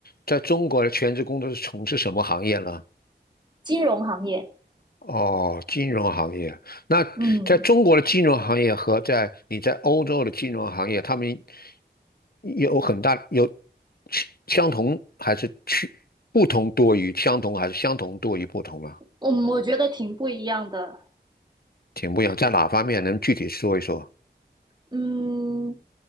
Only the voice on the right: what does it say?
金融行业，
嗯嗯，
我我觉得挺不一样的。
嗯，